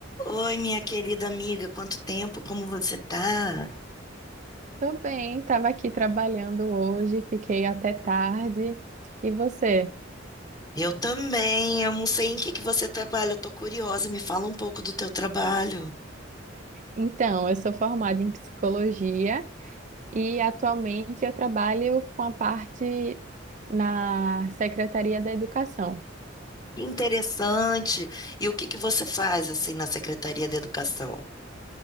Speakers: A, on the left; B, on the right.
A: Oi, minha querida amiga, quanto tempo, como você tá?
B: Tô bem, estava aqui trabalhando hoje, fiquei até tarde. E você?
A: Eu também, eu não sei em que que você trabalha, eu tô curiosa, me fala um pouco do teu trabalho.
B: Então, eu sou formada em psicologia e atualmente eu trabalho com a parte na Secretaria da Educação.
A: Que Interessante. E o que que você faz assim na Secretaria da Educação?